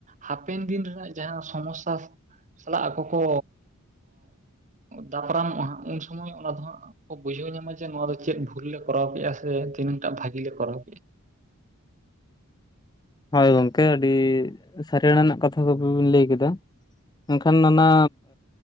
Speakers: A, on the right (about 35°); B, on the left (about 20°).
A: ᱦᱟᱯᱮᱱ ᱫᱤᱱ ᱨᱮᱱᱟᱜ ᱡᱟᱸᱦᱟᱸ ᱥᱚᱢᱚᱥᱥᱟ ᱟᱠᱚ ᱠᱚ ᱫᱟᱯᱨᱟᱢᱚᱜᱼᱟ ᱦᱟᱸᱜ ᱩᱱ ᱥᱚᱢᱚᱭ ᱚᱱᱟ ᱫᱚ ᱦᱟᱸᱜ ᱵᱩᱡᱷᱟᱹᱣ ᱧᱟᱢᱟ ᱡᱮ ᱱᱚᱣᱟ ᱫᱚ ᱪᱮᱫ ᱵᱷᱩᱞ ᱞᱮ ᱠᱚᱨᱟᱣ ᱠᱮᱫᱼᱟ ᱥᱮ ᱛᱤᱱᱟᱹᱜ ᱴᱟᱜ ᱵᱷᱟᱜᱤ ᱞᱮ ᱠᱚᱨᱟᱣ ᱠᱮᱜ-ᱟ᱾
B: ᱦᱳᱭ ᱜᱚᱝᱠᱮ ᱟᱹᱰᱤ ᱥᱟᱹᱲᱮᱲ ᱟᱱᱟᱜ ᱠᱟᱛᱷᱟ ᱠᱚ ᱵᱤᱱ ᱞᱟᱹᱭ ᱠᱮᱫᱟ᱾ ᱢᱮᱱᱠᱷᱟᱱ ᱚᱱᱟ